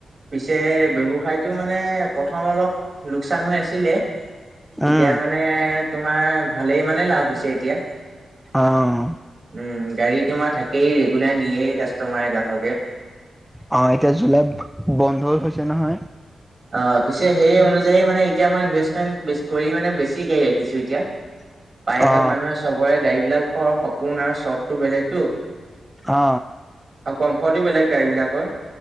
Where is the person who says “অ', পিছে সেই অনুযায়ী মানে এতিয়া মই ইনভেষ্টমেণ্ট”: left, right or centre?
Right